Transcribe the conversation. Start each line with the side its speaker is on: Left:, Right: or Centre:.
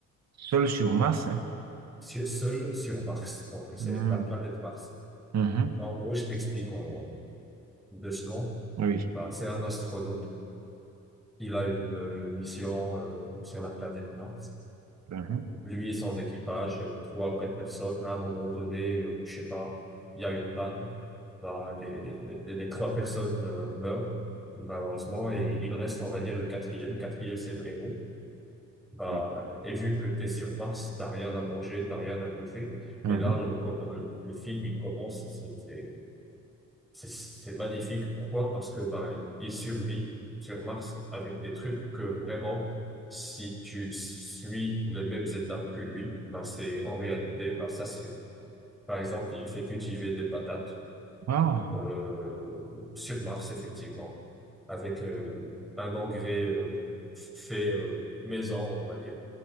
Right: Seul sur Mars, hein.
Centre: sur- seul sur Mars. Donc, c'est
Right: Hmm.
Centre: la planète Mars.
Right: Mhm.
Centre: Bah, En gros, je t'explique en deux secondes.
Right: Oui.
Centre: Enfin, c'est un astronaute. Il a une euh, mission euh, sur la planète Mars.
Right: Mhm.
Centre: Lui et son équipage, euh, trois ou quatre personnes. À un moment donné, euh, je sais pas, il y a une panne. Bah, les, les, les- les trois personnes euh, meurent, malheureusement, et il reste, on va dire, le quatrième. Quatrième, c'est le héros. Bah,
Right: Oui.
Centre: et vu que t'es sur Mars, t'as rien à manger, t'as rien à bouffer.
Right: Mhm.
Centre: Et là, le, com- le film, il commence, c'est c'est- c'est- c'est magnifique. Pourquoi? Parce que bah, il survit sur Mars avec des trucs que vraiment, si tu suis les mêmes étapes que lui, bah, c'est en réalité, bah, ça se fait. Par exemple, il fait cultiver des patates
Right: Ah,
Centre: euh, sur Mars, effectivement, avec euh, un engrais euh, fait euh, maison, on va dire